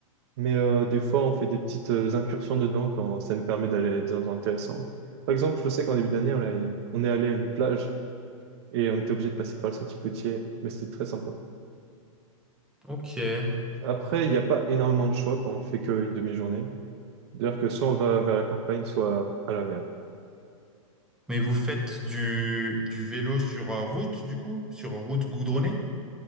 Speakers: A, on the right; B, in the centre.
A: Mais euh, des fois, on fait des petites euh, incursions dedans quand ça nous permet d'aller à des endroits intéressants. Par exemple, je sais qu'en début d'année, on, est on est allé à une plage et on était obligé de passer par le sentier côtier, mais c'était très sympa.
B: ok.
A: Après, il n'y a pas énormément de choix quand on fait qu'une demi-journée. D'ailleurs que soit on va vers la campagne, soit à la mer.
B: Mais vous faites du, du vélo sur euh, route, du coup? Sur route goudronnée?